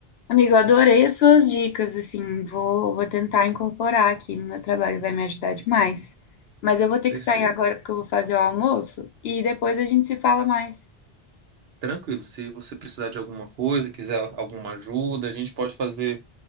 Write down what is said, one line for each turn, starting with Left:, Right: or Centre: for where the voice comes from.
Left: Amigo, eu adorei as suas dicas, assim, vou, vou tentar incorporar aqui no meu trabalho, vai me ajudar demais. Mas eu vou ter
Right: Perfeito.
Left: que sair agora porque eu vou fazer o almoço e depois a gente se fala mais.
Right: Tranquilo, se você precisar de alguma coisa, quiser alguma ajuda, a gente pode fazer